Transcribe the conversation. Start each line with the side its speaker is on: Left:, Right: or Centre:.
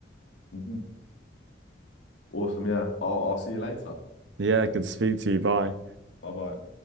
Left: Mhm. Awesome. Yeah, I'll, I'll see you later.
Right: Yeah, good to speak to you. Bye.
Left: Bye bye.